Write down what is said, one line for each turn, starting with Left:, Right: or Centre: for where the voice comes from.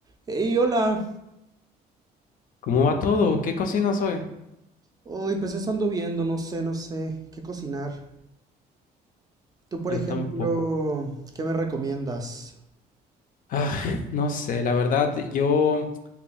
Right: Y hola.
Left: ¿Cómo va todo? ¿Qué cocinas hoy?
Right: Uy, pues eso ando viendo, no sé, no sé qué cocinar. Tú, por
Left: Yo
Right: ejemplo,
Left: tampoco.
Right: ¿qué me recomiendas?
Left: Ah, <laughs> no sé, la verdad, yo,